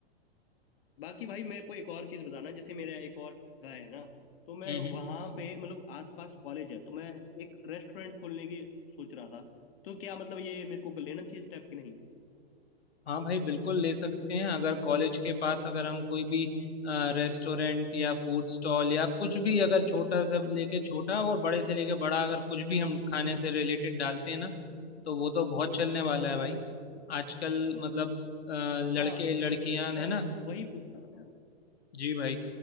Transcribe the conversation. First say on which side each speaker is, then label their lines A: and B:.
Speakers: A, on the left; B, on the left.
A: बाकी भाई मेरे को एक और चीज़ बताना जैसे मेरा एक और जगह है ना तो मैं
B: हम्म
A: वहाँ पे मतलब आसपास कॉलेज है तो मैं एक रेस्टोरेंट खोलने की सोच रहा था तो क्या मतलब ये मेरे को लेना चाहिए स्टेप कि नहीं
B: हाँ भाई बिल्कुल ले सकते हैं अगर कॉलेज के पास अगर हम कोई भी रेस्टोरेंट या फूड स्टॉल या कुछ भी अगर छोटा से लेके छोटा और बड़े से लेके बड़ा अगर कुछ भी हम खाने से रिलेटेड डालते हैं ना तो वो तो बहुत चलने वाला है भाई आजकल मतलब अ, लड़के
A: हाँ पर
B: लड़कियां है
A: मैं
B: ना
A: वही पूछ रहा था यार
B: जी भाई